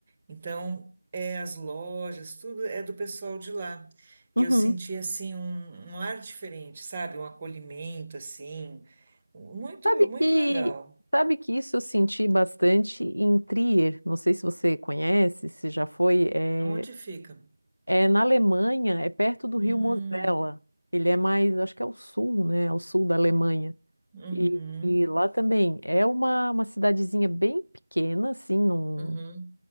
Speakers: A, on the right (about 15°); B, on the left (about 80°).
A: então é as lojas, tudo é do pessoal de lá. E
B: Uhum.
A: eu senti assim um, um ar diferente, sabe? Um acolhimento assim, muito
B: Sabe que,
A: muito legal.
B: sabe que isso eu senti bastante em Trier, não sei se você conhece, se já foi, é,
A: Aonde fica?
B: é na Alemanha, é perto do rio
A: Hum,
B: Mosela. Ele é mais, acho que é o sul, né? Ao sul da Alemanha.
A: uhum,
B: E, e lá também é uma, uma cidadezinha bem pequena, assim, num,
A: uhum,